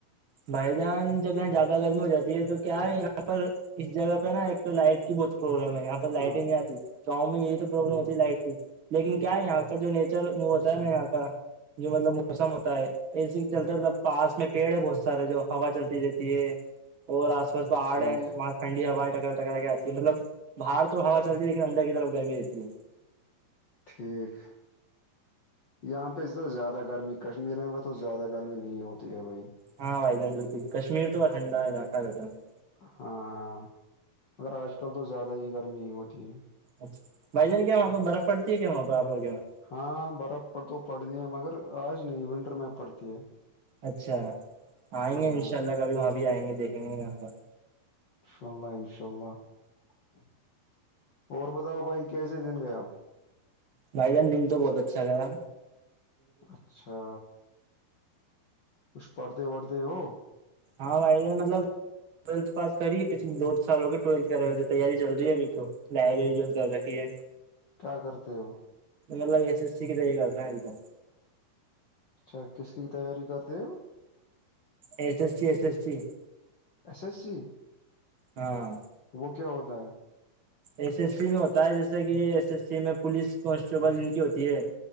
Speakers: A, on the right (about 40°); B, on the left (about 80°).
A: بھائی جان جب یہاں زیادہ گرمی ہو جاتی ہے تو کیا ہے یہاں پر اس جگہ پہ نا ایک تو لائٹ کی بہت پروبلم ہے یہاں پر لائٹ
B: ہاں
A: ہی نہیں آتی چاؤں میں یہی سب پرابلم
B: ہاں
A: ہوتی ہے لائٹ کی لیکن کیا ہے یہاں کا جو نیچر وہ ہوتا
B: اچھا
A: ہے نا یہاں کا جو مطلب موسم ہوتا ہے اسی چلتا مطلب پاس میں پیڑ ہے بہت سارے جو ہوا چلتی رہتی ہے اور آس پاس پہاڑ
B: ٹھیک
A: ہیںاں ٹھڈی ہوایں ٹکا ٹکا ج آتی ہے مطلب باہر تو ہوا چلتی ہے لیکن اندر کی طرف گرمی رہتی ہے
B: ٹھیک یہاں پہ تو زیادہ گرمی کشمیر میں تو زیادہ گرمی نہیں ہوتی ہے بھائی
A: ہاں بھائی جان بالکل کشمیر تو ٹھڈا ہے دلاقہ رہتا ہیںوں
B: ہاں مگر آج کل تو زیادہ ہی گرمی ہی ہوتی ہے
A: اچھا بھائی جان کیا وہاںہ برف پڑتی ہے کیا وہاں پ آپ کے وہاں
B: ہاں برف پر تو پڑتی ہے مگر آج نہیں ونٹر میں پڑتی ہے
A: اچھا آئیں
B: ہاں
A: گے ان شاء اللہ کبھی وہاں بھی آئیں گے دیکھیں گے یہاں کا
B: ان شاء اللہ انشاء اللہ اور بتاؤ بھائی کیسے دن گیا
A: بھائی جان دن تو بہت اچھا رہا
B: اچھا کچھ پڑھتے وڑھتے ہو
A: ہاں وھائید مطلب ٹویلتھاس کریے پچھل دو سال کے ٹیلتھ کرے ہوے تیاری چل رہی ابھی تو ڈائریری جو چل رکھی ہے
B: کیا کرتے ہو
A: مطلب ایس ایس سی کیاہےا ایک دم
B: اچھا کس کی کی تیاری کرتے ہیں ہم
A: S S C S S C
B: S S جی
A: ہاں
B: وہ کیا ہوتا ہے
A: ایس ایس سی میں ہوتا ہے جیسے کہ ایس ایس سی میں پولیس کانسٹیبل ان کی ہوتی ہے